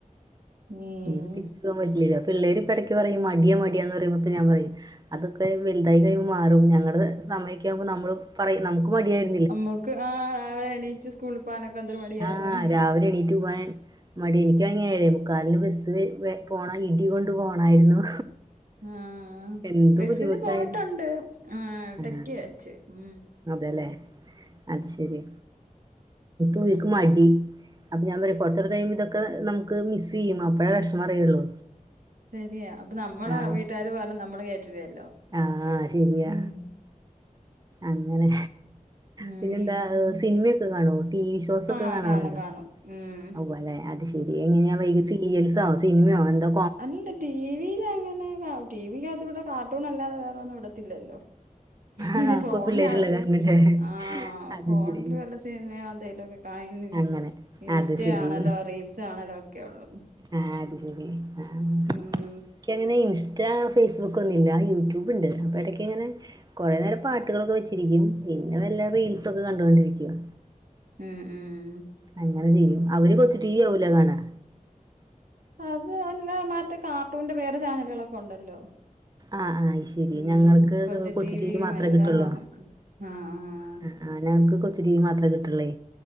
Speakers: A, on the right; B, on the right.
A: ഉം
B: ഇ തിരിച്ച ൻ പറ്റില്ല പ പിള്ളേര് ഇടക്ക് പറയും മടിയ മടിയ എന്ന് പറയുമ്പപ്പോ ഞാൻപറയും അതൊക്കെ വലുതായി കഴിയുമ്പോ മാറും ഞങ്ങളുടെ സമയൊക്കെകഴിയുമ്പോൾ നമ്മള് പറയും നമുക്ക് മടിയായി
A: അമ്മക്ക് ആ രാവിലെ എണീച്ച് സ്കൂളിൽ പോവാനൊക്കെ എന്തരു മടിയായിരുന്നു
B: ആഹ് രാവിലെ എണീറ്റ് പോവാൻ മടി എനിക്കങ്ങായി എഴേ മുക്കാലിന് ബസ്സ് പോണ ഇടി കൊണ്ട് പോണായിരുന്നു
A: ആഹ
B: എന്ത്
A: ബസിന്
B: ബുദ്ധിമുട്ടായിരുന്നു
A: പോയിട്ടുണ്ട് ആ ഇടക്ക്വെച്ച്
B: ആഹ്
A: ഉ
B: അതെല്ലേ അത് ശരി ഓല്ക് മടി അപ്പൊ ഞാൻ പറയാ കുറച്ചടെ കഴിയുമ്പോ ഇതക്കെ നമുക്ക് മിസ് ചെയ്യും അപ്പഴേ വിഷമം അറിയുള്ളൂ
A: ശരിയാണ് അപ്പം നമ്മളാ
B: ആഹ്
A: വീട്ടുകാർ പറഞ്ഞാൽ നമ്മൾ കേട്ടില്ലല്ലോ
B: ആഹ് ശരിയാ
A: ഉം
B: അങ്ങനെ
A: ഉം
B: പിന്നെ എന്താ സിനിമയൊക്കെ കാണോ ടി വി ഷോസ് ഒക്കെ
A: ആ
B: കാണാറുണ്ടോ
A: കാണും കാണും ഉം
B: ഓ അല്ലെ അത് ശെരി എങ്ങനെയാ
A: ഉം
B: വൈക സീരിയൽസോ സിനിമയോ എന്തോ
A: അല്ല ടിവിയിൽ അങ്ങനെ ടിവിക്കകത്ത് ഇവിടെ കാർട്ടൂൺ അല്ലാതെ വേറെ ഒന്നും ഇടത്തില്ലല്ലോ
B: ആഹ്
A: ഇനി ഫോണിനകത്ത്
B: കു പിള്ളേരുള്ള കാരണല്ലേ
A: ആഹ്
B: അത്
A: ഫോണില്
B: ശരി
A: വല്ല സിനിമയോ എന്തെങ്കലുമൊക്കെ കാണലോ
B: അങ്ങനെ
A: ഇൻസ്റ്റ
B: അത് ശരി
A: കാണലോ റീൽസ് കാണലോ ഒക്കെ ഉള്ളൂ
B: ആഹ് അത് ശരി ആഹ്
A: ഉം
B: എക്ക് അങ്ങനെ ഇൻസ്റ്റ ഫേസ്ബുക്ക് ഒന്നും ഇല്ല യൂട്യൂബ് ഉണ്ട് അപ്പൊ ഇടക്ക അങ്ങനെ കുറെേ നേരം പാട്ടുകളൊക്കെ വെച്ചിരിക്കും പിന്നെ വല്ല റീൽസ് ഒക്കെ കണ്ടുകൊണ്ടിരിക്കും
A: ഉം ഉം ഉം
B: അങ്ങനെ ചെയ്യും അവര് കൊച്ചി ടിവി ആവൂലെ കാണാ
A: അത് അല്ല മറ്റേ കാർട്ടൂണിന്റെ വേറെ ചാനലുകളൊക്കെ ഉണ്ടല്ലോ
B: ആഹ് ആഹ് അത് ശരി
A: ഉം
B: ഞങ്ങൾക്ക്
A: ഉം കൊച്ച്
B: കൊച്ചു
A: ടിവിയും
B: ടി വി മാത്രമേ
A: എല്ലാം
B: കിട്ടുള്ളൂ
A: കാണും ആഹ്
B: ആഹ് ഞങ്ങൾക്ക് കൊച്ചു ടിവി മാത്രേ കിട്ട്ള്ളേ